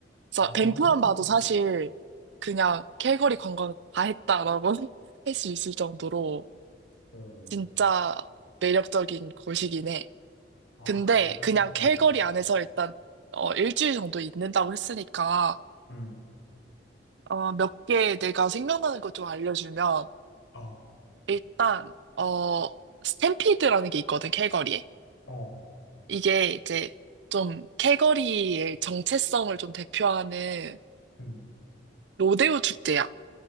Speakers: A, on the right; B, on the left.
A: 자,
B: 아, 어,
A: 밴프만 봐도 사실 그냥 캘거리 관광 다 했다라고 <laughs> 할 수 있을 정도로
B: 어,
A: 진짜 매력적인 곳이긴 해.
B: 아,
A: 근데
B: 그래?
A: 그냥 캘거리
B: 어,
A: 안에서 일단 어, 일주일 정도 있는다고 했으니까
B: 음,
A: 어, 몇 개 내가 생각나는 것 좀 알려주면
B: 어,
A: 일단 어, 스탬피드라는 게 있거든, 캘거리에.
B: 어,
A: 이게 이제 좀 캘거리의 정체성을 좀 대표하는
B: 음,
A: 로데오 축제야.